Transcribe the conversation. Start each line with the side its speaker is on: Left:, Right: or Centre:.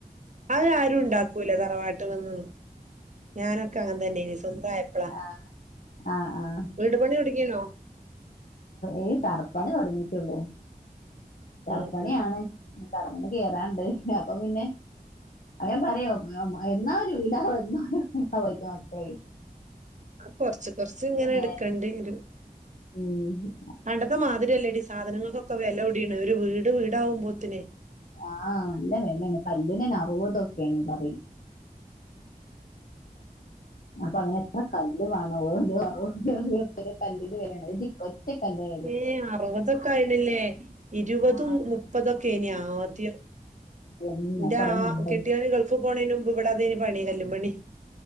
Right: അത് ആരും ഉണ്ടാക്കൂല തറവാട്ട് വന്ന് ഞാനൊക്കെ അങ്ങനെ തന്നെ ഇനി സ്വന്തം ആയപ്പളാ
Left: ആഹ് ആഹ് ആഹ്
Right: വീട്പണി തുടങ്ങിന്നേ
Left: ഈ തറപ്പണണി തുടങ്ങിട്ടുള്ളൂ തറപ്പണിയാണ്
Right: ഉം ഉം
Left: തറമ്മന്ന് കേറാൻ ഉണ്ട് അപ്പൊ പിന്നെ അങ്ങനെ പറയെ എന്നാ ഒരു വീടാ ആവാ എന്നാ ഒരു വിടാവാ ചോയ്ക്കാ മക്കളെയ്
Right: ആഹ് കൊറച്ച് കൊറച്ച് ഇങ്ങനെ
Left: നേ
Right: എടുക്കേണ്ടി വരും
Left: ഉം ഹും
Right: പണ്ടത്തെ മാതിരിയല്ലേടി സാധനങ്ങൾക്കൊക്കെ വില കൂടിണ് ഒരു വീട് വീടാവകുമ്പോത്തിനെ
Left: ആഹ് നല്ല വേലാണ് കല്ലിനെന്നെ അറുവതൊർപ്യയാണ് പറയുന്നത് അപ്പൊ അങ്ങനെ എത്ര കല്ല് വേണ ഒരറുപത് റുപ്യയാണ് ഒരു കല്ലിന്റെ വിലയാണ് ഒറ്റക്കല്ലേ
Right: ഏഹ് അറുപതൊക്കെ ആയിണില്ലേ ഇരുപതും
Left: ആ
Right: മുപ്പതൊക്കെ എയ്നി ആദ്യം
Left: എന്ന്
Right: ബന്റ
Left: കൊറേ
Right: ആഹ്
Left: മുമ്പല്ലേ
Right: കെട്ടിയന് ഗൾഫ് പോണതിന് മുമ്പ് ഇവിടാതെ പണി കല്ലും പണി